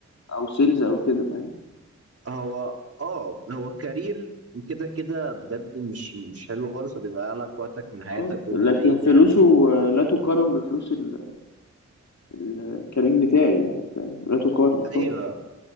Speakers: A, on the left; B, on the right.
A: أو سيلز أو كده فاهم
B: هو اه هو كارير كده كده بجد مش مش حلو خالص وبيضيع لك وقتك من حياتك
A: اه
B: وانت
A: لكن
B: ايه
A: فلوسه لا تقارن بفلوس ال- الكارير بتاعي يعني فاهم لا تقارن
B: ايوه
A: خالص